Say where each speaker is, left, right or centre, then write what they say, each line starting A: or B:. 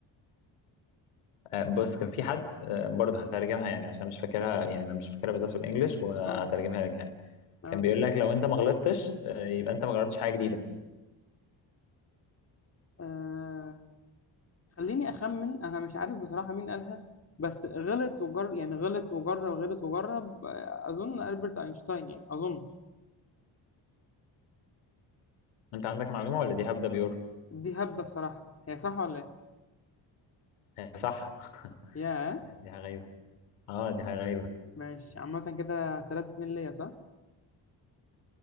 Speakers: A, on the left; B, on the left.
A: آه، بص كان في حد آه، برضه هترجمها يعني عشان مش فاكرها يعني انا مش فاكرها بالظبط بالانجلش وهترجمها
B: اه
A: لك يعني
B: اه
A: كان بيقول لك لو انت ما غلطتش آه، يبقى انت ما جربتش حاجه جديده
B: آه، خليني اخمن انا مش عارف بصراحة مين قالها بس غلط وجر يعني غلط وجرب غلط وجرب آه، اظن البرت اينشتاين يعني اظن
A: انت عندك معلومه ولا دي هبده بيور
B: دي هبدة بصراحة هي صح ولا ايه
A: آه، صح
B: ياه
A: <laughs> دي حاجه غريبه اه دي حاجه غريبه
B: ماشي عامة كده 3 2 ليا صح